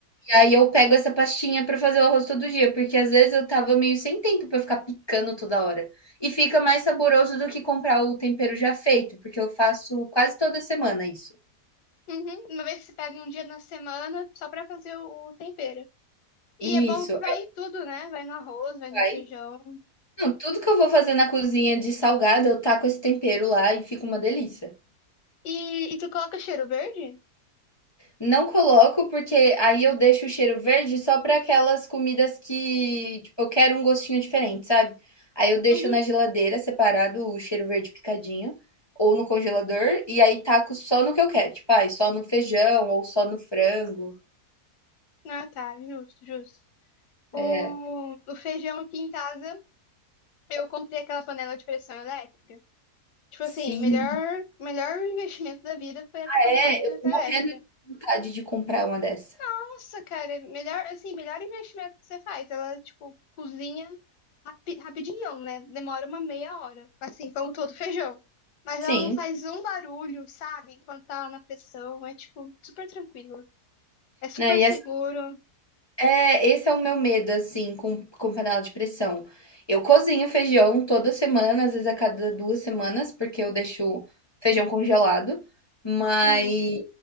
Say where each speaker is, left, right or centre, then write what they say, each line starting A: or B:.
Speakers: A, on the left (about 30°); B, on the left (about 85°).
A: E aí eu pego essa pastinha para fazer o arroz todo dia, porque às vezes eu tava meio sem tempo para ficar picando toda hora. E fica mais saboroso do que comprar o tempero já feito, porque eu faço quase toda semana isso.
B: uhum. Uma vez que você pega um dia na semana só pra fazer o, o tempero. E
A: Isso,
B: é bom que
A: é
B: vai em tudo, né? Vai no arroz, vai
A: vai.
B: no feijão.
A: Não, tudo que eu vou fazer na cozinha de salgado, eu taco esse tempero lá e fica uma delícia.
B: E, e tu coloca cheiro verde?
A: Não coloco, porque aí eu deixo o cheiro verde só para aquelas comidas que, tipo, eu quero um gostinho diferente, sabe? Aí eu deixo
B: Uhum.
A: na geladeira separado o cheiro verde picadinho, ou no congelador, e aí taco só no que eu quero, tipo, ai, só no feijão ou só no frango.
B: Ah, tá, justo, justo. O,
A: É.
B: o feijão aqui em casa, eu comprei aquela panela de pressão elétrica. Tipo
A: Sim,
B: assim, melhor, melhor investimento da vida foi essa panela
A: é,
B: de pressão
A: eu tô morrendo
B: elétrica.
A: de vontade de comprar uma dessa.
B: Nossa, cara, melhor, assim, melhor investimento que você faz. Ela, tipo, cozinha rapi- rapidinho, né? Demora uma meia hora, assim, como todo feijão. Mas
A: Sim,
B: ela não faz um barulho, sabe? Enquanto tá lá na pressão. É, tipo, super tranquilo. É super
A: né, e
B: seguro.
A: é É, esse é o meu medo, assim, com com panela de pressão. Eu cozinho feijão toda semana, às vezes a cada 2 semanas, porque eu deixo feijão congelado, mas
B: Sim.